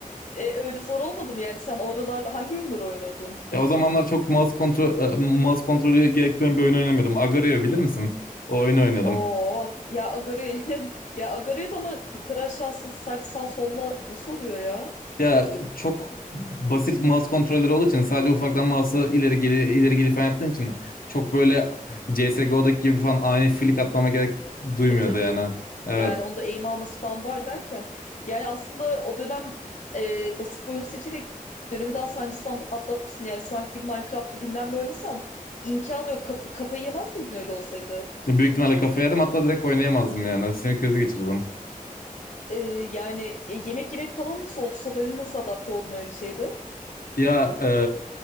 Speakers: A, on the left; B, on the left.
A: E, öyle zor olmadı mı yani? Sen oralar hangi oyunları oynuyordun?
B: E, o zamanlar çok mouse kontrol, e, mouse kontrolü gerektiren bir oyun oynamıyordum. Agario bilir misin? O oyunu oynadım.
A: Oo ya Agario <laughs> ya Agario'da ama yukarı aşağısı saç sağ solla nasıl oluyor ya?
B: Ya çok basit mouse kontrolleri olduğu için sadece ufaktan mouse'u ileri geri ileri geri falan yaptığın için çok böyle CS:GO'daki gibi falan ani flick atmama gerek duymuyordu
A: E tabii
B: yani.
A: canım.
B: Evet.
A: Yani onda eğim alması falan var derken. Yani aslında o dönem e, basit bir oyun seçerek dönemi daha sancısız at- atlatmışsın. Yani şu anki gibi Minecraft'ta bilmem ne oynasan imkanı yok. Kafa, kafayı yemez miydin öyle olsaydı?
B: Büyük ihtimalle kafayı yerim hatta direkt oynayamazdım yani. Sinir krizi geçirdim.
A: E, yani e, yemek yemek falan nasıl oldu? Sadalin nasıl adapte oldun öyle bir şeyde?
B: Ya e,